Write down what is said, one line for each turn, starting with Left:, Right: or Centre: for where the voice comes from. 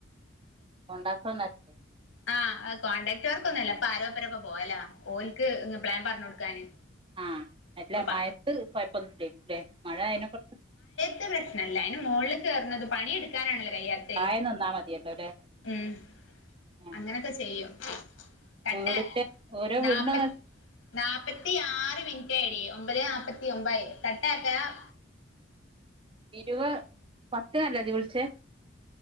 Right: <unintelligible>
Left: ആഹ് കോൺടാക്ട് വർക്ക് ഒന്നു ല്ല ഇപ്പ ആരോപ്പരൊക്ക പോല ഓൽക്ക് പ്ലാൻ പറഞ് കൊടുക്കാന്
Right: ആഹ് അല്ല
Left: ഇപ്പൊ പ
Right: മഴത്ത് കൊഴപ്പൊന്നുല്ലെകു ല്ലെ മഴ ആയേനെ കൊണ്ട്
Left: <unintelligible> പ്രശ്നം ഇല്ല അയ്ൻ മോൾ കേർണത് പണിയെടുക്കാനാണല്ലോ കയ്യാത്തെ
Right: താഴെ നിന്നാ മതിയല്ലോ ല്ലേ
Left: ഉമ്
Right: ആഹ്
Left: അങ്ങനോക്കെ ചെയ്യും കട്ട
Right: വീടിന്റെ ഓരോ
Left: നാപ്പ
Right: വീടിന്റെ
Left: നാപ്പത്തി ആറ് മിനിറ്റ് ആയടി ഒമ്പത് നാപ്പത്തി ഒമ്പായി കട്ടാ <unintelligible>
Right: ഇരുവ പത്തിനല്ലേ ജ് വിൽച്ചേ.